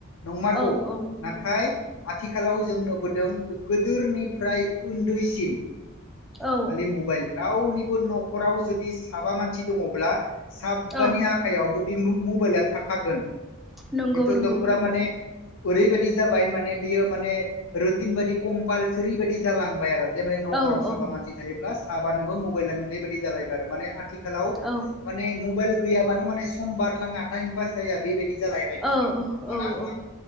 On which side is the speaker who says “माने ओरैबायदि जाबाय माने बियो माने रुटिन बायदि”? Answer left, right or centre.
Left